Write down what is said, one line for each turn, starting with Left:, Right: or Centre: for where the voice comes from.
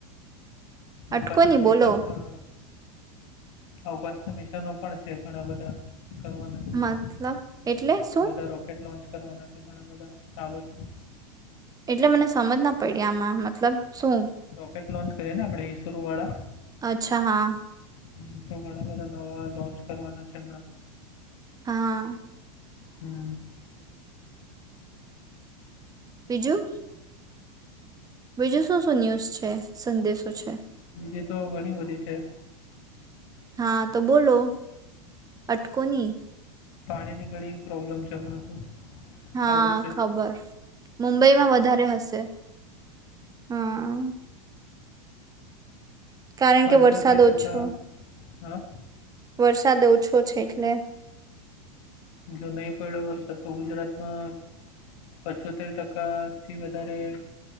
Right: અટકો
Left: અવકાશના
Right: ની
Left: મિશાદ
Right: બોલો
Left: પણ અવકાશના મિશનો પણ છે ઘણા બધા કરવાના છે હમણાં
Right: મતલબ એટલે શું
Left: બધા રોકેટ લોન્ચ કરવાના છે ઘણા બધા તા વર્ષ
Right: એટલે મને સમજ ના પડી આમાં. મતલબ શું?
Left: રોકેટ લોન્ચ કરેને આપડે ઈસરોવાળા?
Right: અચ્છા હા.
Left: હન. તો ઘણા બધા નવા લોન્ચ કરવાના છે હમણાં.
Right: હા.
Left: હમ્મ.
Right: બીજું? બીજું શું શું ન્યુઝ છે, સંદેશો છે?
Left: બીજી તો ઘણી બધી છે.
Right: હા, તો બોલો. અટકો ની.
Left: પાણીની ઘણી પ્રોબ્લેમ છે હમણાં તો.
Right: હા,
Left: આ વર્ષે
Right: ખબર. મુંબઈમાં વધારે હશે. હા. કારણ
Left: પંચોતેર
Right: કે વરસાદ
Left: ટકા
Right: ઓછો
Left: હા.
Right: વરસાદ ઓછો છે એટલે
Left: જો નહીં પયડો વરસાદ તો ગુજરાતમાં પચોતેર ટકાથી વધારે